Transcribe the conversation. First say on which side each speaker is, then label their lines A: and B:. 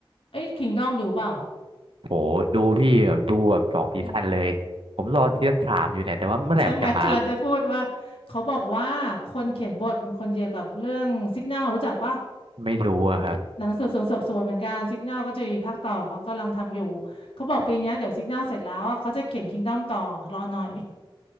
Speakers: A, on the left; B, on the right.
A: เอ้ย Kingdom ดอมดูเปล่า
B: โหดูพี่แบบดูแบบสองซีซั่นเลยผมรอซีซั่นสามอยู่เนี่ยแต่ว่าเมื่อไหร่มันจะมา
A: ใช่ไหมใช่ไหมค <laughs> กำลังนจะพูดว่าเขาบอกว่าคนเขียนบทมันคนเดียวกับเรื่อง Signal รู้จักปะ
B: ไม่รู้อะครับ
A: หนังสืบสวนสอบสวนเหมือนกันซิก n a l ก็จะมีภาคต่อเขากำลังทำอยู่เขาบอกปีเนี้ยเดี๋ยวซิก n a l เสร็จแล้วอะเขาจะเขียนคิงด d o ต่อรอหน่อย